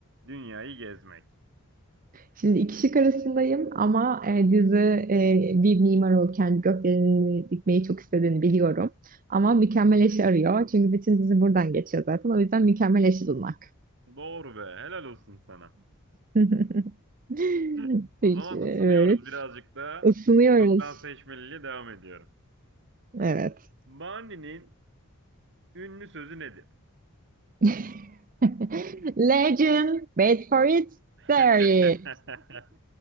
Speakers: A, on the right; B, on the right.
A: Dünyayı gezmek.
B: Şimdi iki şık arasındayım ama e, dizi e, bir mimar olup kendi gökdeleni dikmeyi çok istediğini biliyorum. Ama mükemmel eşi arıyor. Çünkü bütün dizi buradan geçiyor zaten. O yüzden mükemmel eşi bulmak.
A: Doğru be, helal olsun sana.
B: <laughs>
A: <laughs> O
B: Peki,
A: zaman
B: evet.
A: ısınıyoruz birazcık daha.
B: Isınıyoruz.
A: Çoktan seçmeliyle devam ediyorum.
B: Evet.
A: Barney'nin ünlü sözü nedir?
B: <laughs> Legend, wait for it,
A: <laughs>
B: there it.